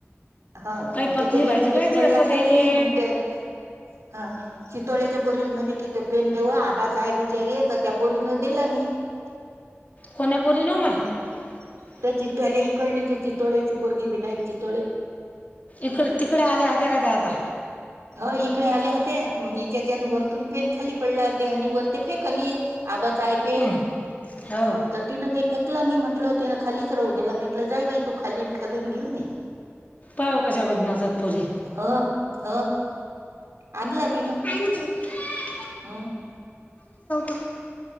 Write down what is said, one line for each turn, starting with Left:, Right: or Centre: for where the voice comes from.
Right: हा
Left: काही पतली
Right: तिथे
Left: भाजी
Right: त्यान
Left: पाहिजे
Right: पेन पडला
Left: असं त्याले
Right: खाली मग त्या <unintelligible> <inaudible> <unintelligible> <inaudible> हा चितोळ्याच्या पोरीला म्हणे किथ पेन देव आबाचा आहे बिचारी आहे तर त्या पोरीन दिला नाही <unintelligible> <inaudible>
Left: कोण्याप नऊमे <inaudible> <unintelligible>
Right: मग त्या चित्ल्या इकडली त्या चितोळे ति पोरगी विनायक चितोळे
Left: इकडे तिकडे आल्या होत्या का त्या आता
Right: ह इकडे आल्या होते्या मग हच्याच्यान वरतून पेन खाली पडला होते आणि वर ते फेकणी आबाचय पे
Left: हं, हो
Right: त तिन काही फे- - तला नाही म्हटलं तिनं खालीच राहू दला म्हंटलं जाई बाई तू खाली खालून घेऊन ये.
Left: पाय कशा बदनासातपुरी
Right: ह ह आणला तीन.
Left: <unintelligible>
Right: हम् <unintelligible> <inaudible>
Left: <unintelligible> <inaudible> आ जाऊत